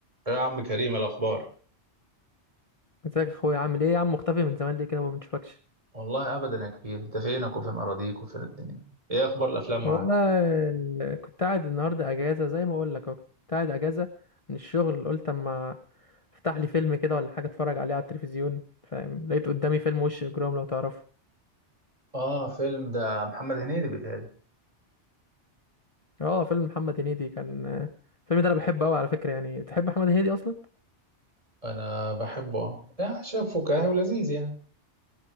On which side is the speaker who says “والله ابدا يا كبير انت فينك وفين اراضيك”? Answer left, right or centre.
Right